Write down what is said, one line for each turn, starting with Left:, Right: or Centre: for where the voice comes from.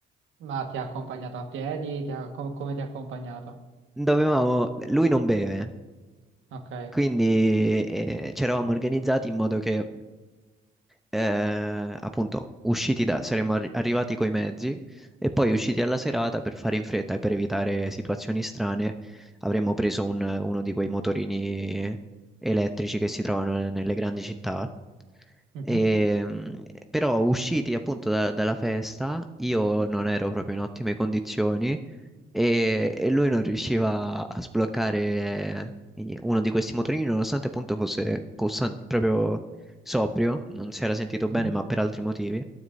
Right: Ma ti ha accompagnato a piedi? Ti ha- com- come ti ha accompagnato?
Centre: Dovevamo, lui non beve.
Right: Ok.
Centre: Quindi eh, ci eravamo organizzati in modo che, eh, appunto, usciti da, saremmo arri- arrivati coi mezzi e poi usciti alla serata per fare in fretta e per evitare situazioni strane, avremmo preso un- uno di quei motorini elettrici che si trovano nelle grandi città.
Right: Mhm,
Centre: E, mh, però usciti appunto da- dalla festa, io non ero proprio in ottime condizioni e, e lui non riusciva a sbloccare eh, uno di questi motorini, nonostante appunto fosse costan- proprio sobrio, non si era sentito
Right: mhm.
Centre: bene, ma per altri motivi.